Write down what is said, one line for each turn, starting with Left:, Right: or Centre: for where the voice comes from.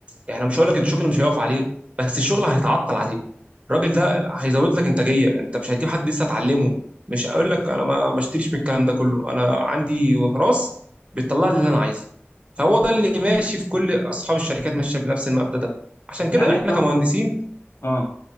Right: يعني مش هقول لك الشغل مش هيقف عليه بس الشغل هيتعطل عليه الراجل ده هيزود لك انتاجيه انت مش هتجيب حد لسه اتعلمه مش هقول لك انا ما بشتريش من الكلام ده كله انا عندي راس بتطلع لي اللي انا عايزه فهو ده اللي ماشي في كل اصحاب الشركات ماشيه بنفس المبدا ده عشان كده
Left: يعني
Right: احنا
Left: انت قلت
Right: كمهندسين
Left: اه